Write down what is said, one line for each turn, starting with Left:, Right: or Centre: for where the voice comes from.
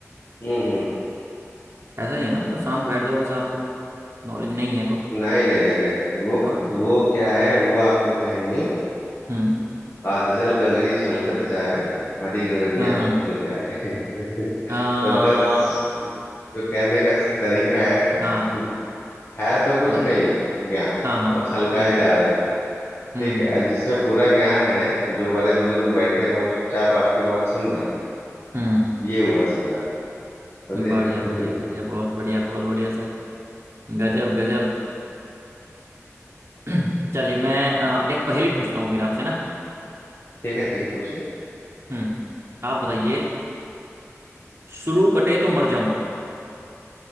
Left: हम्म हम्म
Right: ऐसा ही है ना मतलब शांत बैठ जाओ बस आपको नॉलेज नहीं है तो
Left: नहीं नहीं नहीं नहीं वो
Right: और
Left: वो क्या है वो आपको कहेंगे
Right: हम्म
Left: आदजल गगरी छलकत जाए भरी गगरिया
Right: हाँ
Left: चुपके जाए <laughs>
Right: हाँ
Left: तो उनका स- जो कहने का तरीका है कि
Right: हाँ
Left: है तो कुछ
Right: मतलब
Left: नहीं ज्ञान
Right: हाँ हाँ
Left: और
Right: हाँ
Left: छलकाए
Right: बिल्कुल
Left: जा
Right: बिल्कुल
Left: रहे हैं
Right: हम्म
Left: ठीक है
Right: हम्म
Left: और जिसमें
Right: हम्म
Left: पूरा ज्ञान है जो बड़े बुजुर्ग बैठे हैं वो चुपचाप आपकी बात सुन रहे हैं
Right: हम्म
Left: ये हुआ संदर्भ समझे
Right: हम्म, बढ़िया
Left: <laughs>
Right: बढ़िया
Left: ठीक
Right: बढ़िया बहुत बढ़िया बहुत बढ़िया सर गजब गजब <clears throat> चलिए मैं अ, एक पहेली पूछता हूँ फिर आपसे ना
Left: है ठीक है पूछिए
Right: हम्म आप बताइए शुरू कटे तो मर जाऊं